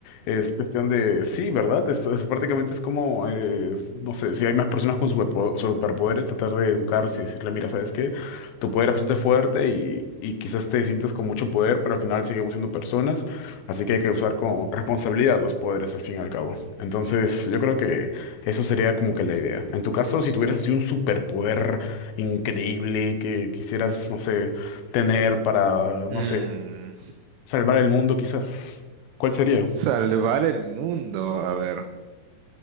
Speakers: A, on the left (about 75°); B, on the right (about 80°).
A: es cuestión de, sí, ¿verdad? Esto es, prácticamente es como, eh, no sé, si hay más personas con superpo- superpoderes, tratar de educarse y decirle, mira, ¿sabes qué? tu poder es bastante fuerte y, y quizás te sientes con mucho poder, pero al final seguimos siendo personas, así que hay que usar con responsabilidad los poderes al fin y al cabo. Entonces, yo creo que eso sería como que la idea. En tu caso, si tuvieras así un superpoder increíble que quisieras, no sé, tener para, no
B: Mm,
A: sé, salvar el mundo quizás, ¿cuál sería?
B: Salvar el mundo, a ver.